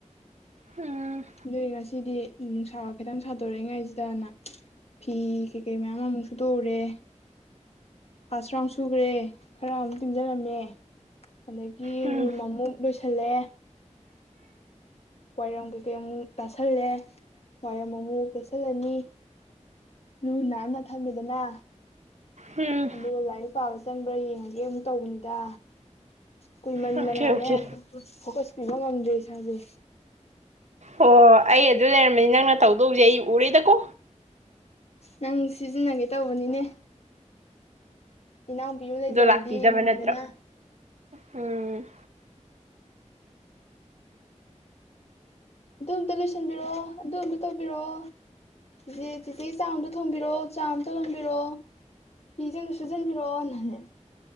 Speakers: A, on the right; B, on the left.
A: ꯎꯝ
B: ꯑꯗꯨꯏ ꯉꯁꯤꯗꯤ ꯅꯨꯡꯁꯥ ꯈꯤꯇꯪ ꯁꯥꯗꯣꯔꯛꯏꯉꯥꯏꯁꯤꯗꯅ ꯐꯤ ꯀꯩꯀꯩ ꯃꯌꯥꯝ ꯑꯃꯨꯛ ꯁꯨꯗꯣꯛꯎꯔꯦ ꯐꯥꯔꯁ ꯔꯥꯎꯟ ꯁꯨꯈ꯭ꯔꯦ ꯈꯔ ꯑꯃꯨ ꯇꯤꯡꯖꯔꯝꯃꯦ ꯑꯗꯒꯤ
A: ꯎꯝ
B: ꯔꯨꯝ ꯑꯃꯨꯛ ꯂꯣꯏꯁꯜꯂꯦ ꯋꯥꯏꯔꯝ ꯀꯩꯀꯩ ꯑꯃꯨꯛ ꯇꯥꯁꯜꯂꯦ ꯋꯥꯏꯔꯝ ꯑꯃꯨꯛ ꯇꯩꯁꯜꯂꯅꯤ ꯂꯨ ꯅꯥꯟꯅ ꯊꯝꯃꯦꯗꯅ
A: ꯎꯝ
B: ꯑ ꯂꯥꯏꯔꯤꯛ ꯄꯥꯕ ꯆꯪꯕ꯭ꯔꯥ ꯌꯦꯡꯉꯒꯦ ꯑꯃꯨꯛ ꯇꯧꯕꯅꯤꯗ ꯀꯨꯏꯃꯟꯗꯅꯅꯦ
A: ꯑꯣꯀꯦ ꯑꯣꯀꯦ
B: ꯐꯣꯀꯁ ꯄꯤꯕ ꯉꯝꯗ꯭ꯔꯦ ꯏꯁꯥꯁꯦ
A: ꯑꯣ ꯑꯩ ꯑꯗꯨ ꯂꯩꯔꯝꯕꯅꯤ ꯅꯪꯅ ꯇꯧꯗꯧꯁꯦ ꯑꯩ ꯎꯔꯦꯗꯀꯣ
B: ꯅꯪ ꯁꯤꯖꯤꯟꯅꯒꯦ ꯇꯧꯕꯅꯤꯅꯦ ꯏꯅꯥꯎꯄꯤ ꯑꯃ ꯂꯩꯖꯔꯗꯤ
A: ꯑꯗꯣ ꯂꯥꯛꯄꯤꯗꯕ
B: ꯅꯨꯡꯉꯥꯏꯗꯅ
A: ꯅꯠꯇ꯭ꯔꯣ ꯎꯝ
B: ꯑꯗꯨ ꯑꯝꯇ ꯂꯣꯏꯁꯟꯕꯤꯔꯑꯣ ꯑꯗꯨ ꯑꯝꯇ ꯇꯧꯕꯤꯔꯛꯑꯣ ꯁꯤꯆ ꯆꯤꯆꯤ ꯆꯥꯡꯝꯗꯣ ꯊꯣꯡꯕꯤꯔꯣ ꯆꯥꯝꯇ ꯍꯣꯟꯕꯤꯔꯣ ꯐꯤꯁꯦꯗ ꯁꯨꯖꯟꯕꯤꯔꯛꯑꯣꯅꯅꯦ